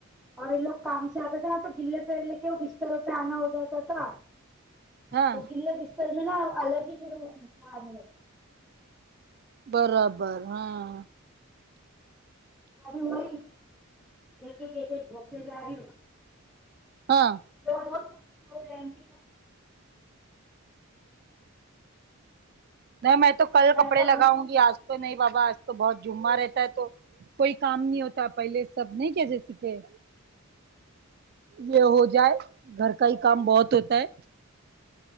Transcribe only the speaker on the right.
ہاں
برابر ہاں
ہاں
نہیں میں تو کل کپڑے
لگاؤں
گی آج
تو نہیں بابا آج تو بہت جمہ رہتا ہے تو کوئی کام نہیں ہوتا پہلے سب نہیں کیا جی س کہ یہ ہو جائے گھر کا ہی کام بہت ہوتا ہے